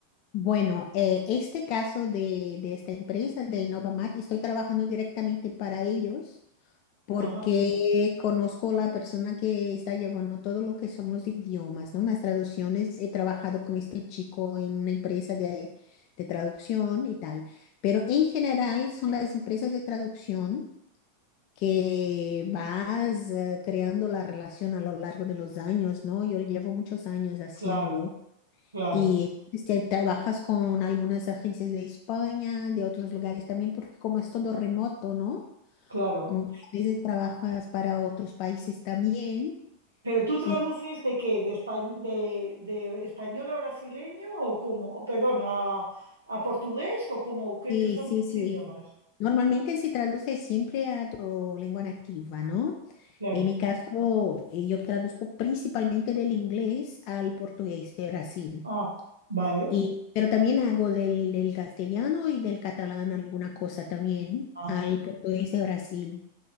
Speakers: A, on the left; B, on the right.
A: Bueno, eh, este caso de, de esta empresa, de Innovamac, estoy trabajando directamente para ellos porque
B: Ajá,
A: conozco la persona que está llevando todo lo que son los idiomas, ¿no? Las traducciones. He trabajado con este chico en una empresa de, de traducción y tal, pero en general son las empresas de traducción que vas eh, creando la relación a lo largo de los años, ¿no? Yo llevo muchos años haciéndolo.
B: claro, claro,
A: Y este, trabajas con algunas agencias de España, de otros lugares también, porque como es todo remoto, ¿no?
B: claro.
A: Muchas veces trabajas para otros países también.
B: ¿Pero tú traduces
A: Y
B: de qué? ¿De, espa- de- de español a brasileño o como, O, Perdón, a, a portugués o cómo? ¿Qué,
A: sí,
B: qué son
A: sí,
B: tus
A: sí.
B: idiomas?
A: Normalmente se traduce siempre a tu lengua nativa, ¿no?
B: Claro.
A: En mi caso, eh, yo traduzco principalmente del inglés al portugués de Brasil.
B: Ah, vale.
A: Y, pero también hago del, del castellano y del catalán alguna cosa también
B: Ah.
A: al portugués de Brasil.